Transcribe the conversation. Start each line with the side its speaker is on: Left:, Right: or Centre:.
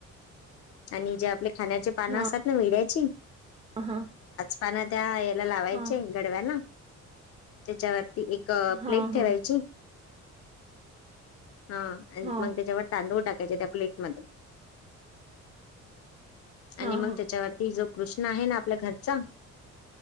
Left: आणि ज्या आपले खाण्याची पानं
Right: हा
Left: असतात ना विड्याची
Right: हा.
Left: पान त्या याला लावायचे
Right: हा
Left: गडव्याला त्याच्यावर ती एक
Right: हा
Left: प्लेट ठेवायची
Right: हा
Left: हा आणि
Right: हो
Left: मग त्याच्यावर तांदूळ टाकायचे त्या प्लेटमध्ये
Right: हा
Left: आणि मग
Right: हा
Left: त्याच्यावरती जो कृष्ण आहे ना आपल्या घरचा